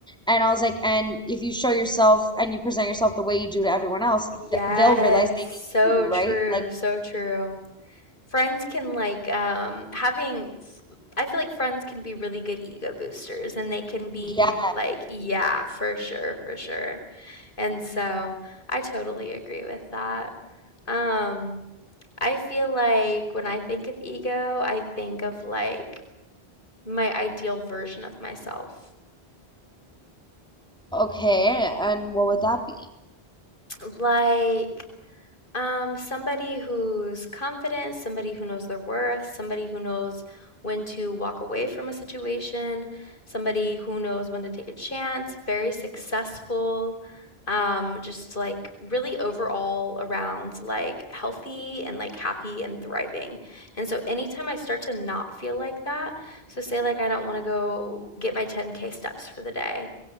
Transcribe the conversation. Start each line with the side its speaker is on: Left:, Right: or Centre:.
Centre: And I was like, and if you show yourself and you present yourself the way you do to everyone else,
Left: Yes,
Centre: th they'll realize they
Left: so
Centre: need you,
Left: true,
Centre: right? Like,
Left: so true. Friends can like um having f- I feel like friends can be really good ego boosters and they can be
Centre: yeah,
Left: like, yeah, for sure, for sure. And so I totally agree with that. Um I feel like when I think of ego, I think of like my ideal version of myself.
Centre: okay. And what would that be?
Left: Like Um, somebody who's confident, somebody who knows their worth, somebody who knows when to walk away from a situation, somebody who knows when to take a chance, very successful, um, just like really overall around like healthy and like happy and thriving. And so anytime I start to not feel like that, so say like I don't want to go get my 10K steps for the day,